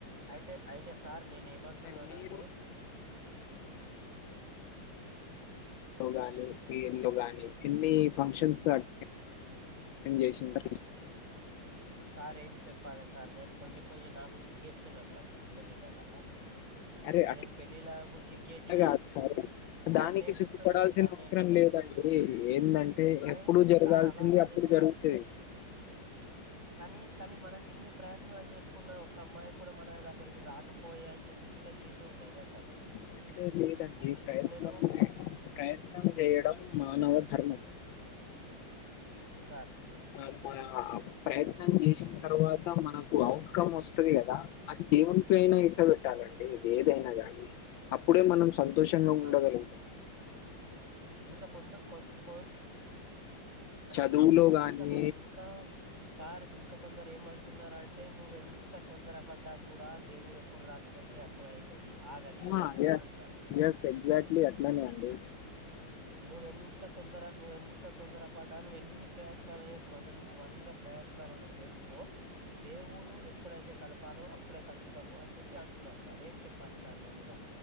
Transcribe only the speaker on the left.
సార్ మీరు
లో గాని మీ ఇల్లు గానీ ఎన్ని ఫంక్షన్స్ గానీ అ ఏం చేసింద
అరే అట్
కాదు సరే
దానికి
సిగ్గుపడాల్సిన
అవసరం
లేదండి అ ఏందంటే
ఎప్పుడు
జరగాల్సింది
అప్పుడు
జరుగుతది
అట్లే లేదండి ప్రయత్నం
చే ప్రయత్నం చేయడం మానవ ధర్మం
ఆ మా ప్రయత్నం చేసిన తర్వాత మనకు అవు ఇన్ కం వస్తది కదా అది దేవుని పైయినా ఇట్లా పెట్టాలండి ఇది ఏదైనా గానీ అప్పుడే మనం సంతోషంగా ఉండగలగుతాము.
చదువులో
గానీ
ఆ
ఎస్
ఎస్ ఎగ్జాక్ట్లీ అట్లానే అండి